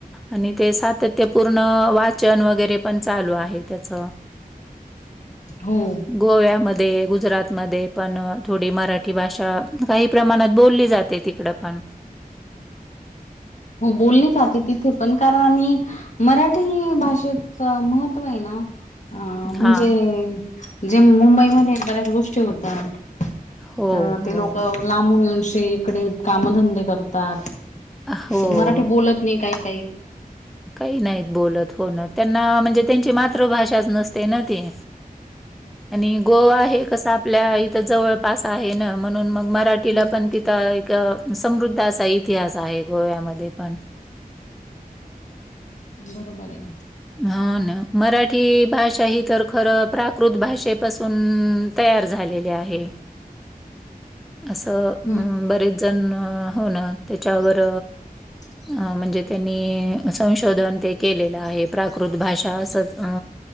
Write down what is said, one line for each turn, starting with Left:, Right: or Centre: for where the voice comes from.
Centre: आणि ते सातत्यपूर्ण वाचन वगैरे पण चालू आहे त्याच.
Left: हो.
Centre: गोव्यामध्ये गुजरातमध्ये पण थोडी मराठी भाषा काही प्रमाणात बोलली जा ते तिकडं पण.
Left: हो बोलली जाते तिथे पण कारण आम्ही मराठी भाषेच, महत्त्व आहे ना आ म्हणजे,
Centre: हां.
Left: जे मुंबईमध्ये बऱ्याच गोष्टी होतात.
Centre: हो,
Left: त ते
Centre: हो.
Left: लोक लांबून येऊनशे इकडे कामधंदे करतात.
Centre: हो.
Left: ते मराठी बोलत नाही काय काय?
Centre: काही नाहीत बोलत हो ना त्यांना म्हणजे त्यांची मातृभाषाच नसते ना ते. आणि गोवा हे कसं आपल्या इथं जवळपास आहे ना म्हणून मग मरा मराठीला
Left: हम्म
Centre: पण तिथं एक समृद्ध असा इतिहास आहे गोव्यामध्ये पण.
Left: बरोबर ये.
Centre: हा ना मराठी भाषा ही तर खरं प्राकृत भाषेपासून तयार झालेले आहे. असं
Left: हम्म
Centre: अम बरेच जण हो न त्याच्यावर
Left: <inaudible>
Centre: अ म्हणजे त्यांनी संशोधन ते केलेलं आहे प्राकृत भाषा असच आ